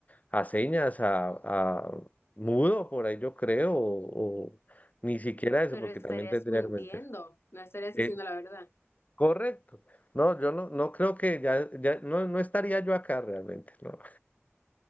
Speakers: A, on the left; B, on the left.
A: a señas, a, a mudo, por ahí yo creo, o, o ni siquiera eso,
B: Pero
A: porque
B: estarías
A: también tendría
B: mintiendo,
A: que meter.
B: no estarías
A: Es
B: diciendo la verdad.
A: correcto. No, yo no, no creo que ya, ya no, no estaría yo acá realmente, no,